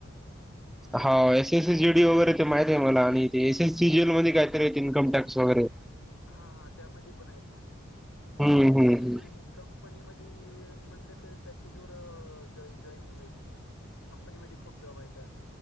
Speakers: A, on the left; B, in the centre.
A: <inaudible>
B: हा S S S G D वगैरे ते माहित आहे मला. आणि ते एस एस सी जीएल मध्ये काय तरी इन्कम टॅक्स वगैरे.
A: हा हा त्यामध्ये पण आहेत ना.
B: हम्म हम्म
A: आणि
B: हम्म
A: कंपनी मध्ये म्हणले तर पॅकेज वर जॉ जॉनिंग व्हायली. कंपनी मध्ये खूप जॉब आहेत.